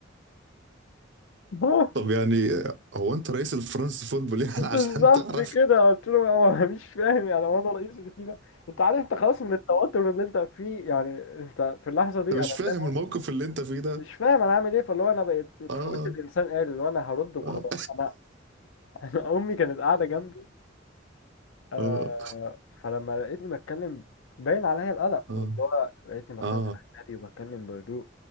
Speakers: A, on the left; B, on the right.
A: <laughs> اه
B: طب يعني هو انت رئيس الفرنسي فوتبول يعني
A: بالظبط
B: <laughs> عشان تعرف
A: كده قلت له هو مش فاهم يعني هو انا رئيس اللي فيه بقى انت عارف انت خلاص من التوتر اللي انت فيه يعني انت في اللحظة دي
B: انت
A: انا
B: مش فاهم
A: فاهم
B: الموقف اللي انت فيه ده
A: مش فاهم انا عامل ايه فاللي هو انا بقيت اتحولت
B: اه
A: لانسان آلي اللي هو انا هرد وخلاص
B: اه
A: انا <laughs> انا امي كانت قاعده جنبي آه
B: اه
A: فلما لقيتني بتكلم باين عليا القلق
B: اه
A: واللي هو لقيتني بصلي
B: اه
A: على النبي وبتكلم بهدوء